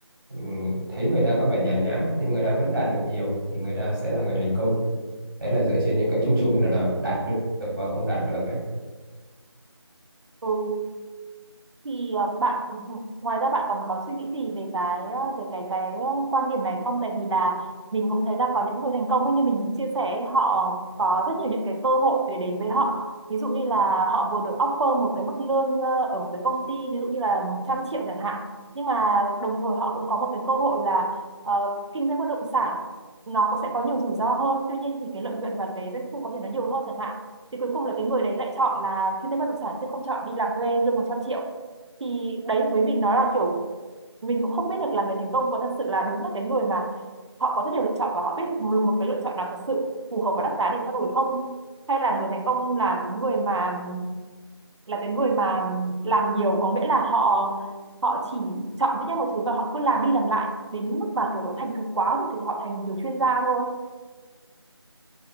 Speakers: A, on the right; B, on the right.
A: ừm, thấy người ta có vẻ nhàn nhã lắm, nhưng người ta vẫn đạt được nhiều thì người ta sẽ là người thành công đấy là dựa trên những cái chung chung là đạt được và không đạt được đấy
B: Ừ. thì ờ, bạn ngoài ra bạn còn có suy nghĩ gì về cái ờ, về cái cái ờ, quan điểm này không tại vì là mình cũng thấy là có những người thành công ấy, như mình chia sẻ ấy, họ có rất nhiều những cái cơ hội để đến với họ ví dụ như là họ vừa được offer một cái mức lương ờ, ở một cái công ty ví dụ như là 100 triệu chẳng hạn nhưng mà đồng thời họ cũng có một cái cơ hội là ờ, kinh doanh bất động sản nó cũng sẽ có nhiều rủi ro hơn tuy nhiên thì cái lợi nhuận và cái doanh thu có thể nó nhiều hơn chẳng hạn thì cuối cùng là cái người đấy lại chọn là kinh doanh bất động sản chứ không chọn đi làm thuê lương một trăm triệu thì đấy với mình nó là kiểu mình cũng không biết được là người thành công có thật sự là đúng là cái người mà họ có rất nhiều lựa chọn và họ biết một một cái lựa chọn nào thật sự phù hợp và đắt giá để theo đuổi không hay là người thành công là cái người mà là cái người mà làm nhiều có nghĩa là họ họ chỉ chọn duy nhất một thứ và họ cứ làm đi làm lại đến mức mà kiểu nó thành thục quá rồi thì họ thành kiểu chuyên gia thôi